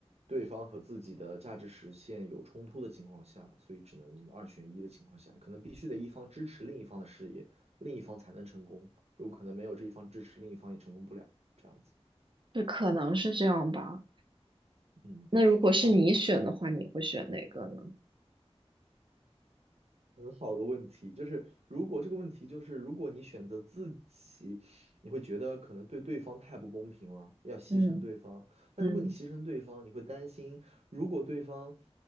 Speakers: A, on the right (about 70°); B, on the right (about 45°).
A: 对方和自己的价值实现有冲突的情况下，所以只能二选一的情况下，可能必须得一方支持另一方的事业，另一方才能成功。如果可能没有这一方支持，另一方也成功不了，这样子。
B: 就可能是这样吧。
A: 嗯，
B: 那如果是你选的话，
A: 但我。
B: 你会选哪个呢？
A: 很好的问题，就是如果这个问题就是，如果你选择自己，你会觉得可能对对方太不公平了，要牺牲对方。
B: 嗯
A: 但如果你牺牲对方，
B: 嗯
A: 你会担心，如果对方